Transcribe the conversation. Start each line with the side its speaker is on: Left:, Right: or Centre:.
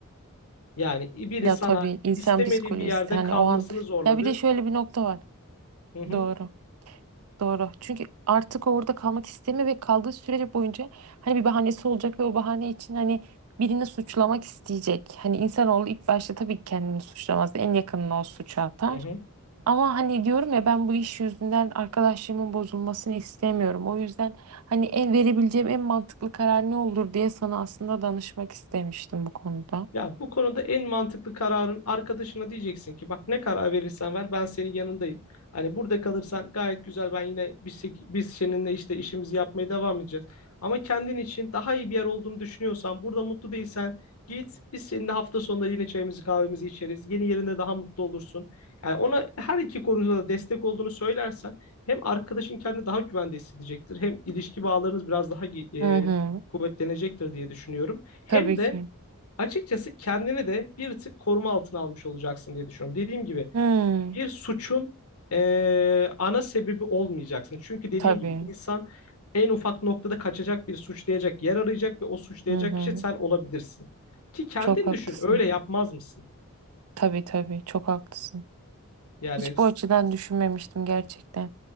Left: Yani biri
Right: Ya
Left: sana
Right: tabii insan
Left: istemediğin
Right: psikolojisi
Left: bir yerde
Right: hani
Left: kalmasını
Right: o an
Left: zorladı.
Right: ya bir de şöyle bir nokta var.
Left: Hı hı.
Right: Doğru. Doğru. Çünkü artık orada kalmak istemiyor ve kaldığı sürece boyunca hani bir bahanesi olacak ve o bahane için hani birini suçlamak isteyecek. Hani insanoğlu ilk başta tabii ki kendini suçlamaz. En yakınına o suçu atar.
Left: Hı hı.
Right: Ama hani diyorum ya ben bu iş yüzünden arkadaşlığımın bozulmasını istemiyorum. O yüzden hani en verebileceğim en mantıklı karar ne olur diye sana aslında danışmak istemiştim bu konuda.
Left: Ya bu konuda en mantıklı kararın arkadaşına diyeceksin ki bak ne karar verirsen ver ben senin yanındayım. Hani burada kalırsan gayet güzel ben yine biz, biz seninle işte işimizi yapmaya devam edeceğiz. Ama kendin için daha iyi bir yer olduğunu düşünüyorsan burada mutlu değilsen git biz seninle hafta sonunda yine çayımızı kahvemizi içeriz. Yeni yerinde daha mutlu olursun. Yani ona her iki konuda da destek olduğunu söylersen hem arkadaşın kendini daha güvende hissedecektir hem ilişki bağlarınız biraz daha e,
Right: Hı hı.
Left: kuvvetlenecektir diye düşünüyorum. Hem
Right: Tabii
Left: de
Right: ki.
Left: Açıkçası kendini de bir tık koruma altına almış olacaksın diye düşünüyorum. Dediğim gibi
Right: Hı.
Left: bir suçun eee, ana sebebi olmayacaksın. Çünkü dediğim
Right: Tabii.
Left: gibi insan en ufak noktada kaçacak bir suçlayacak yer arayacak ve o suçlayacak
Right: Hı hı.
Left: kişi sen olabilirsin. Ki kendin
Right: Çok haklısın.
Left: düşün öyle yapmaz mısın?
Right: Tabii tabii. Çok haklısın.
Left: Yani...
Right: Hiç bu açıdan düşünmemiştim gerçekten.